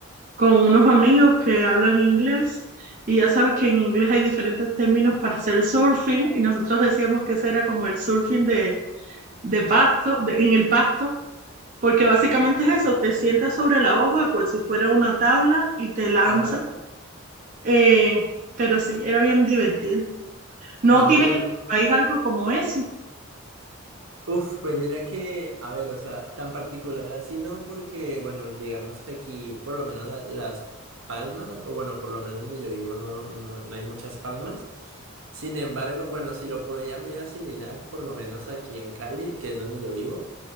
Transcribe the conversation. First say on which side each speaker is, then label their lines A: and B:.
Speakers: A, on the right; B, on the right.
A: con unos amigos que hablan inglés y ya sabes que en inglés hay diferentes términos para hacer surfing y nosotros decíamos que ese era como el surfing de, de pasto, de- en el pasto, porque básicamente es eso, te sientas sobre la hoja como si fuera una tabla y te lanzas,
B: Ajá.
A: eh, pero sí, era bien divertido. ¿No
B: No,
A: tienen
B: pues
A: en tu país algo como eso?
B: Uf, pues mira que, a ver, o sea, tan particular así no, porque, bueno, digamos que aquí, por lo menos la- las palmas, o bueno, por lo menos donde yo vivo no, no, no hay muchas palmas. Sin embargo, bueno, si lo podría medio asimilar, por lo menos aquí en Cali, que es donde yo vivo,